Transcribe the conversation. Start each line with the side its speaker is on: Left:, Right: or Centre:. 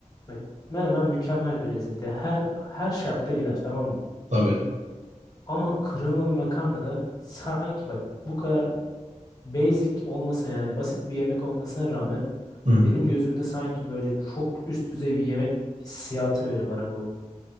Left: bak, menemen mükemmel bir lezzet ya. Her her şartta gider tamam mı?
Right: Tabii.
Left: Ama kremalı makarna da sanki bak bu kadar basic olmasa yani basit bir yemek olmasına rağmen
Right: Hı hı,
Left: benim gözümde sanki böyle çok üst düzey bir yemek hissiyatı veriyor bana bu.